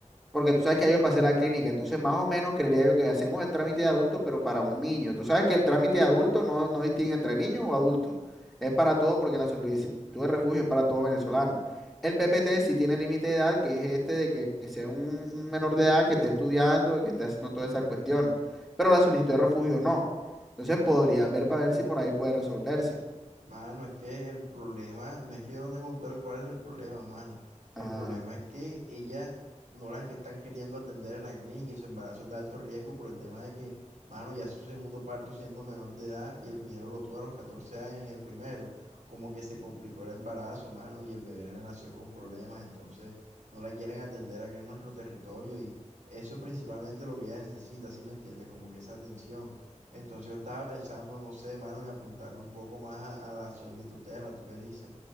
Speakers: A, in the centre; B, on the right.
A: porque tú sabes que ya yo pasé la clínica, entonces más o menos creería yo que hacemos el trámite de adulto, pero para un niño. Tú sabes que el trámite de adulto no, no distingue entre niños o adultos. Es para todo porque la solicitud de refugio es para todo venezolano. El PPT sí tiene límite de edad, que es este de que, que sea un, un menor de edad que esté estudiando, que esté haciendo todas esas cuestiones, pero la solicitud de refugio no. Entonces podría
B: Ujú.
A: ver para ver si por ahí puede resolverse.
B: Mano, es que el problema, no es que yo no te conté cuál es el problema, mano. El
A: Ajá.
B: problema es que ella no las que están queriendo atender en la clínica y su embarazo es de alto riesgo por el tema de que, mano, ya su segundo parto siendo menor de edad y el primero lo tuvo a los 14 años y el primero como que se complicó el embarazo, mano, y el bebé le nació con problemas, entonces no la quieren atender acá en nuestro territorio y eso es principalmente lo que ella necesita, si me entiendes? Como que esa atención. Entonces yo estaba pensando, no sé, mano, en apuntarle un poco más a, a la acción de tu tierra, ¿tú qué dices?